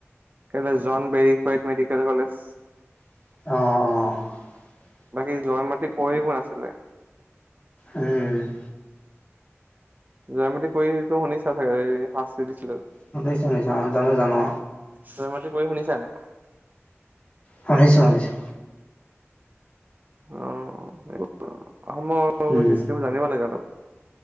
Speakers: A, on the right; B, on the left.
A: কে জন বেৰ হোৱাইট মেডিকেল কলেজ।
B: অঁ অঁ,
A: বাকী জয় মতি কুৰি কোন আছিলে।
B: উম,
A: জয় মাতি কুৰিটো শুনিছা চাগে এই শাস্তি দি
B: শুনিছোঁ শুনিছোঁ অ জানো জানো।
A: জয়মতী কুঁৱৰীৰ শুনিছা নে।
B: শুনিছো শুনিছো।
A: অ এইবোৰ অসমৰ
B: উম
A: হিষ্টবোৰ জানিব লাগিব অলপ,